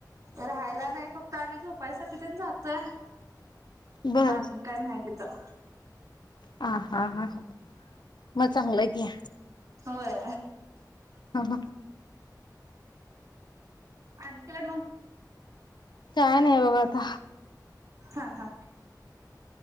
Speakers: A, on the right; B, on the left.
A: राहायला नाही फक्त आम्ही झोपायसाठी ते
B: बर
A: अजून काय मा माहिती तर
B: ह हा हा म चांगलंय क
A: होय
B: हा ह
A: अन काय म
B: काय नाही बाबा आता
A: हा हा